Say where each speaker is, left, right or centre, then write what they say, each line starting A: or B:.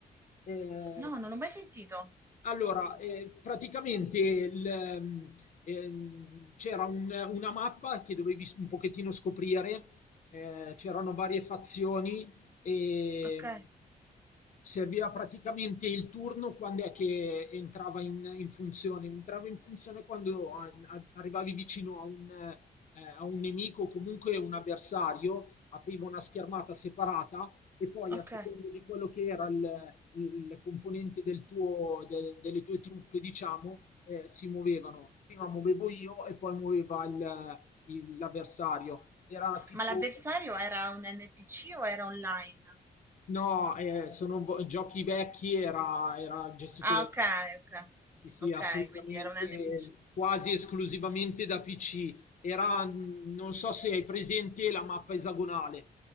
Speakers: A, on the left; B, on the right.
A: Eh,
B: No, non l'ho mai sentito.
A: Allora, eh, praticamente il, ehm, ehm, c'era un- una mappa che dovevi un pochettino scoprire, eh, c'erano varie fazioni e
B: Okay,
A: Serviva praticamente il turno quando è che entrava in, in funzione. Entrava in funzione quando a- a- arrivavi vicino a un, eh, a un nemico o comunque un avversario, apriva una schermata separata e poi
B: okay.
A: a seconda di quello che era il, il componente del tuo- del- delle tue truppe, diciamo, eh, si muovevano. Prima muovevo io e poi muoveva il- il- l'avversario. Era tipo
B: Ma l'avversario era un NPC o era online?
A: No, eh, sono vo- giochi vecchi, era, era gestito
B: Ah,
A: da
B: okay, okay.
A: Sì, sì,
B: Okay,
A: assolutamente,
B: quindi era un NPC.
A: quasi esclusivamente da PC. Era, mh, non so se hai presente la mappa esagonale,